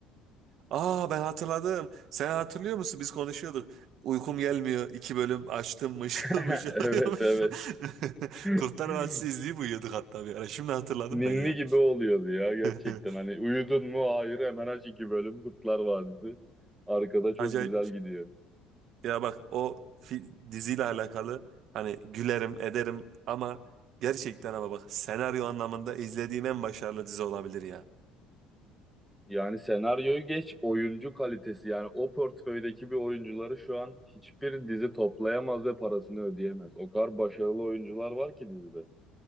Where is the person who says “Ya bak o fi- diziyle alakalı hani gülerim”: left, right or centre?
Right